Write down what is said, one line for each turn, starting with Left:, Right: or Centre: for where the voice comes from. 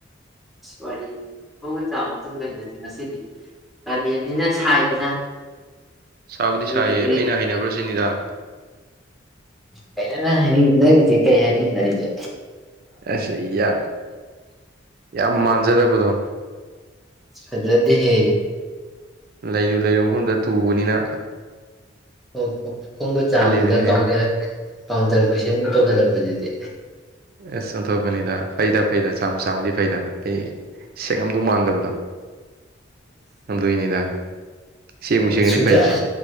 Centre: ꯋꯥꯔꯤ ꯂꯣꯡꯕ ꯆꯥꯕ ꯃꯇꯨꯡꯗꯗꯗꯤ ꯉꯁꯤꯗꯤ ꯀꯥꯂꯦꯟꯅꯤꯅ ꯁꯥꯏꯗꯅ
Right: ꯁꯥꯕꯨꯗꯤ
Centre: ꯑꯗꯨꯗꯨꯒꯤ
Right: ꯁꯥꯏꯌꯦ ꯑꯩꯅ ꯍꯩꯅꯕꯔꯥ ꯁꯤꯅꯤꯗꯥ
Centre: ꯀꯩꯅ ꯅꯪ ꯍꯥꯏꯅꯤ ꯅꯥꯪꯒꯤꯖꯦ ꯀꯩ ꯍꯥꯏꯅꯤꯡ ꯅꯩꯖꯦ
Right: ꯑꯁ ꯌꯥ ꯌꯥꯝ ꯃꯥꯟꯖꯗꯕꯗꯣ
Centre: ꯐꯖꯗꯦꯍꯦ
Right: ꯂꯩꯔꯨ ꯂꯩꯔꯨ ꯃꯐꯝꯗ ꯇꯨꯕꯅꯤꯅ
Centre: ꯑꯣ ꯍꯣ ꯈꯣꯡꯒ ꯆꯥꯝꯃꯗ
Right: ꯈꯜꯂꯤꯕꯅꯤꯅꯦ
Centre: ꯀꯥꯎꯟꯇꯔ ꯀꯥꯎꯟꯇꯔ ꯀꯨꯏꯁꯟ ꯇꯧꯍꯜꯂꯛꯀꯦ ꯖꯗꯤ
Right: ꯑꯦꯁ ꯆꯣꯟꯊꯣꯛꯄꯅꯤꯗ ꯐꯩꯗ ꯐꯩꯗ ꯆꯥꯝꯃ ꯆꯥꯝꯃꯗꯤ ꯐꯩꯗ ꯑꯩ ꯁꯦꯡ ꯑꯝꯗꯧ ꯃꯥꯟꯗꯕꯗꯣ ꯑꯗꯨꯏꯅꯤꯗ ꯁꯦꯡꯕꯨ ꯁꯦꯡꯉꯗꯤ
Centre: ꯁꯆ
Right: ꯐꯩꯃꯦ